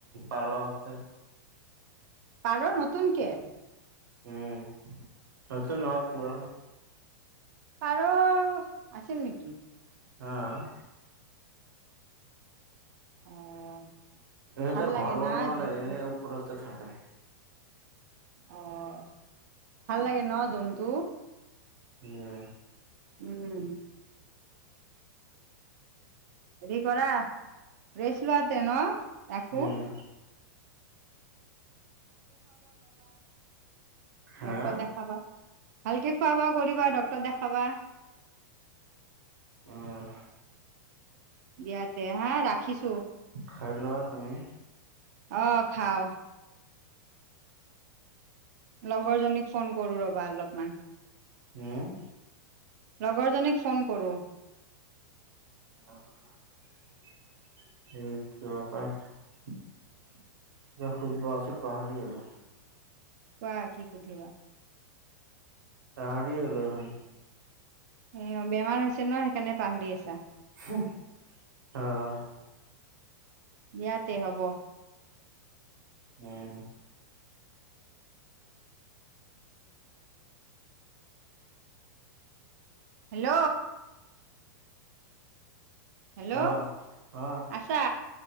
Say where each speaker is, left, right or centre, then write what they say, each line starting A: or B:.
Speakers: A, on the right (about 90°); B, on the right (about 55°).
A: পাৰ আছে।
B: পাৰ নতুনকে।
A: উম, নতুন আৰু পুৰণা।
B: পাৰ, আছিল নেকি?
A: অ'।
B: অ'।
A: এনেতেৰ
B: ভাল লাগে
A: ঘৰ বনোৱা
B: না জন্তু
A: নাই, এনেই ওপৰতে থাকে।
B: অ', ভাল লাগে ন, জন্তু।
A: উম।
B: উম। হেৰি কৰা, ৰেষ্ট লোৱাতে ন ৰাখো।
A: উম হা
B: ডক্টৰ দেখাবা, ভালকে খোৱা বোৱা কৰিবা, ডক্টৰ দেখাবা।
A: উম।
B: দিয়া তে হা, ৰাখিছো।
A: খাইলোৱা তুমি।
B: অ', খাও। লগৰজনীক ফোন কৰোঁ ৰ'বা, অলপমান।
A: উম?
B: লগৰজনীক ফোন কৰোঁ।
A: অ', <unintelligible> কিবা সুধব আচিল, পাহাৰি গলো।
B: কোৱা, কি সুধিবা।
A: পাহৰিয়ে গ'লো দেখোন।
B: অ', বেমাৰ হৈছে ন, সেইকাৰণে পাহৰি আছা।
A: অহ।
B: ইয়াতে হ'ব।
A: অঁ।
B: হেল্ল। হেল্ল'
A: আহ আহ
B: আছা?